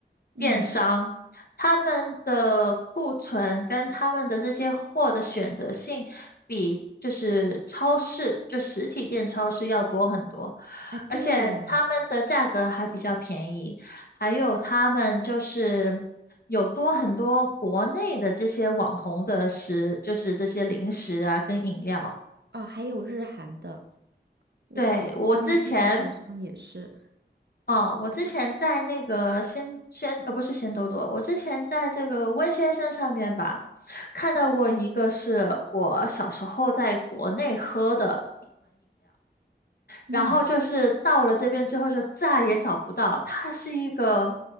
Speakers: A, on the right (about 70°); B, on the left (about 60°).
A: 嗯，
B: 电商，他们的库存跟他们的这些货的选择性，比就是超市就实体店超市要多很多，
A: 哎，
B: 而且他们的价格还比较便宜。
A: 对耶，
B: 还有他们就是有多很多国内的这些网红的食，就是这些零食啊跟饮料。
A: 哦，还有日韩的，我发现他们这种好像也是，
B: 对，我之前，哦，我之前在那个鲜鲜，呃，不是鲜多多，我之前在这个温先生上面吧，看到过一个是我小时候在国内喝的。
A: 嗯
B: 然后就是到了这边之后就再也找不到。它是一个，